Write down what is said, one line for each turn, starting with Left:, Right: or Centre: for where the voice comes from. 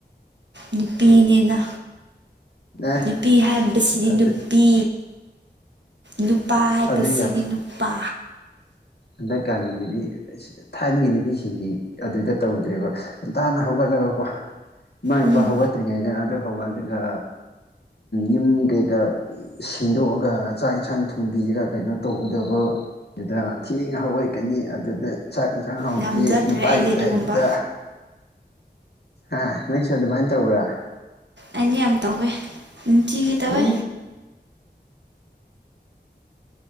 Right: ꯅꯨꯄꯤꯅꯦꯅ
Left: ꯑꯦ
Right: ꯅꯨꯄꯤ ꯍꯥꯏꯕꯁꯤꯗꯤ
Left: ꯑꯗꯨ
Right: ꯅꯨ ꯄꯤ ꯅꯨꯄꯥ ꯍꯥꯏꯕꯁꯤꯗꯤ
Left: ꯑꯗꯨ
Right: ꯅꯨꯄꯥ
Left: ꯍꯟꯗꯛꯀꯟꯒꯤ ꯅꯨꯄꯤ ꯊꯥꯏꯅꯒꯤ ꯅꯨꯄꯤꯁꯤꯡꯒꯤ ꯑꯗꯨꯗ ꯇꯧꯗ꯭ꯔꯦꯕ ꯉꯟꯇꯥꯅ ꯍꯧꯒꯠꯂꯒꯀꯣ ꯏꯃꯥ
Right: ꯎꯝ
Left: ꯏꯄꯥ ꯍꯧꯒꯠꯇ꯭ꯔꯤꯉꯩꯗ ꯑꯗꯨ ꯍꯧꯒꯠꯂꯒ ꯌꯨꯝ ꯀꯩꯀꯥ ꯁꯤꯟꯗꯣꯛꯑꯒ ꯆꯥꯛ ꯏꯟꯁꯥꯡ ꯊꯣꯡꯕꯤꯔꯒ ꯀꯩꯅꯣ ꯇꯧꯒꯗꯕꯗꯨꯗ ꯊꯦꯡꯉꯥ ꯍꯧꯒꯠꯀꯅꯤ ꯑꯗꯨꯗ ꯆꯥꯛ ꯏꯟꯁꯥꯡ ꯍꯥꯎꯇꯦ
Right: ꯉꯝꯖꯗ꯭ꯔꯦ
Left: ꯅꯨꯄꯥꯒꯤ
Right: ꯑꯩꯗꯤ ꯑꯗꯨꯒꯨꯝꯕ
Left: ꯇꯥꯏꯗꯨꯗ ꯍꯥ ꯅꯪꯁꯨ ꯑꯗꯨꯃꯥꯏꯅ ꯇꯧꯕ꯭ꯔꯥ
Right: ꯑꯩꯗꯤ ꯌꯥꯝ ꯇꯧꯋꯦ ꯅꯨꯡꯇꯤꯒꯤ ꯇꯧꯋꯦ
Left: ꯎꯝ